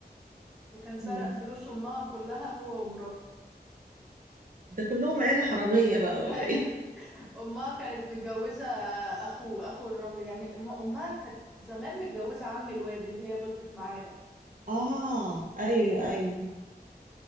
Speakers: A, in the centre; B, on the right.
A: وكان سرق
B: امم
A: فلوس امها كلها هو ومراته
B: ده كلهم عيلة حرامية بقى ولا
A: ايوه
B: ايه
A: <laughs> امها كانت متجوزة اخو اخو الراجل يعني أم- امها كانت زمان متجوزة عم الواد اللي هي غلطت معاه ده
B: اه ايوه ايوه